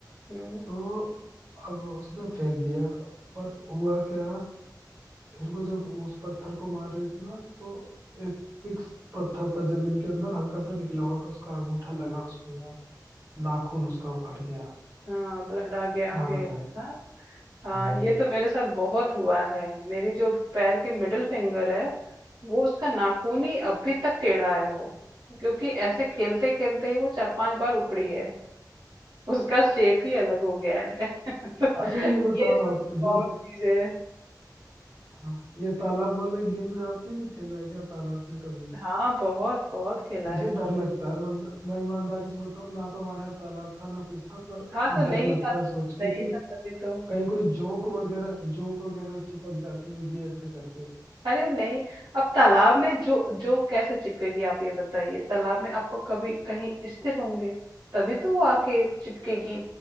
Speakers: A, on the right (about 80°); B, on the right (about 50°).
A: हम्म,
B: तो अब उसने फेंक दिया पर हुआ क्या फिर वो जब उस पत्थर को मार रही थी ना तो एक फिक्स पत्थर था जमीन के अंदर हल्का सा निकला हुआ था उसका अंगूठा लगा उसपे नाखून उसका उखड़ गया
A: हाँ ब्लड आ गया
B: क्या
A: फिर
B: बताएं
A: है ना हाँ
B: हम्म,
A: ये तो मेरे साथ बहुत हुआ है मेरी जो पैर की मिडिल फिंगर है वो उसका नाखून ही अभी तक टेढ़ा है वो क्योंकि ऐसे खेलते खेलते ही वो चार पांच बार उखड़ी है उसका शेप ही अलग हो गया है <laughs> तो
B: अच्छा ये बताओ
A: ये सब
B: आप
A: तो कॉमन
B: जो
A: चीज है
B: हाँ, ये तालाब वाले गेम में आपने भी खेला है क्या तालाब में कभी
A: हाँ बहुत बहुत खेला
B: मुझे
A: है
B: डर लगता है मैं मैं ईमानदारी से बताऊं ना तो हमारे यहाँ तालाब था ना कुछ था पर
A: हाँ तो नहीं
B: डर लगता
A: था
B: है सोच के
A: नहीं
B: कि
A: था तभी तो
B: कहीं कोई जोंक वगैरह जोंक वगैरह चिपक जाती होगी ऐसे करके
A: अरे नहीं अब तालाब में जो जो कैसे चिपकेगी आप ये बताइए तालाब में आप कभी कहीं स्थिर होंगे तभी तो वो आके चिपकेगी